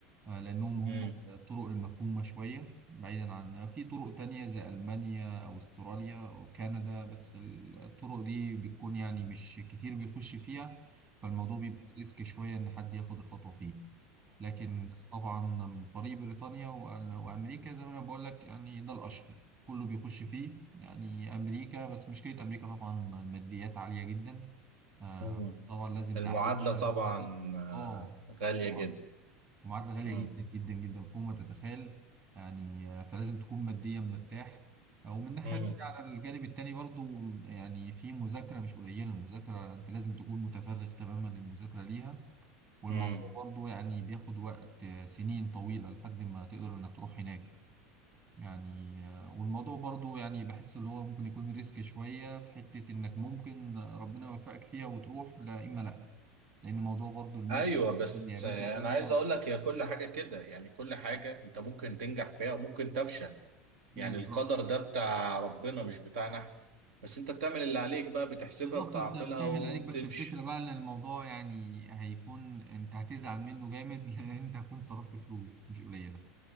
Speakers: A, on the right; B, on the right.
A: آه، لانهم هم
B: امم
A: الطرق المفهومة شوية بعيدا عن في طرق تانية زي المانيا او استراليا او كندا بس الطرق دي بتكون يعني مش كتير بيخش فيها فالموضوع بيبقى ريسك شوية ان حد ياخد الخطوة فيه لكن طبعا طريق بريطانيا وأل- وامريكا زي ما انا بقول لك يعني ده الاشهر كله بيخش فيه يعني امريكا بس مشكله امريكا طبعا الماديات عاليه جدا آه
B: امم
A: طبعا لازم
B: المعادلة
A: تعادل الشهاده
B: طبعا
A: بتاعتك اه
B: آه، غالية
A: طبعا
B: جدا
A: المعادله غاليه
B: مم.
A: جدا جدا جدا فوق ما تتخيل يعني آه، فلازم تكون ماديا مرتاح ومن ناحية
B: مم.
A: تانية على الجانب التاني برضو يعني في مذاكرة مش قليلة المذاكرة انت لازم تكون متفرغ تماما للمذاكرة ليها والموضوع
B: مم.
A: برضو يعني بياخد وقت آه، سنين طويلة لحد ما تقدر انك تروح هناك يعني آه، والموضوع برضو يعني بحس اللي هو ممكن يكون ريسك شوية في حتة انك ممكن آه، ربنا يوفقك فيها وتروح لا اما لا لان موضوع برضو المتن
B: ايوه بس
A: النيابات
B: آه،
A: وكده
B: انا عايز اقول لك هي كل حاجة كده يعني كل حاجة انت ممكن تنجح فيها وممكن تفشل يعني
A: بالظبط
B: القدر ده بتاع ربنا مش بتاعنا احنا بس انت بتعمل اللي عليك بقى بتحسبها
A: بالظبط
B: بتعقلها
A: انت بتعمل
B: وبتمشي
A: عليك بس الفكرة بقى ان الموضوع يعني هيكون انت هتزعل منه جامد <laughs> لان انت هتكون صرفت فلوس مش قليلة